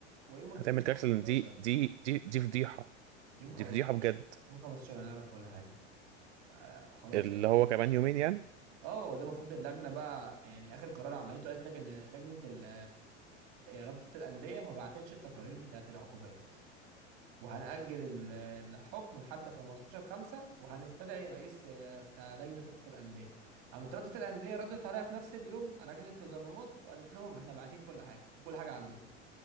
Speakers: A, on the right; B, on the right.
A: هو يوم الخ...
B: هتعمل
A: يوم 15
B: كارثه لان دي دي دي دي فضيحه
A: يوم 15
B: دي فضيحه بجد
A: يوم 15 هنعرف كل حاجة آه خلاص
B: اللي
A: يعني
B: هو
A: المدة
B: كمان
A: قربت
B: يومين يعني
A: اه هو ده المفروض اللجنة بقى يعني اخر قرار عملته قالت لك ان لجنة ال... رابطة الأندية ما بعتتش التقارير بتاعت العقوبات وهنأجل ال- الحكم لحد 15 5 وهنستدعي رئيس آه، بتاع لجنة رابطة الأندية قامت رابطة الأندية ردت عليها في نفس اليوم على لجنة التظلمات وقالت لهم احنا باعتين كل حاجة وكل حاجة عندكم